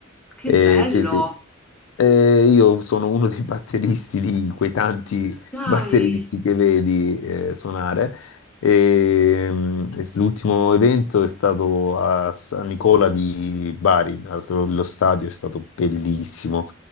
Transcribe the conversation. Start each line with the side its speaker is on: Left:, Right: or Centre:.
Centre: che
Left: Eh,
Centre: bello.
Left: sì, sì. Eh, io sono uno dei batteristi di quei tanti
Centre: Dai.
Left: batteristi che vedi eh, suonare. Ehm, E, mm, es- l'ultimo evento è stato a San Nicola di Bari, tra l'altro lo stadio è stato bellissimo,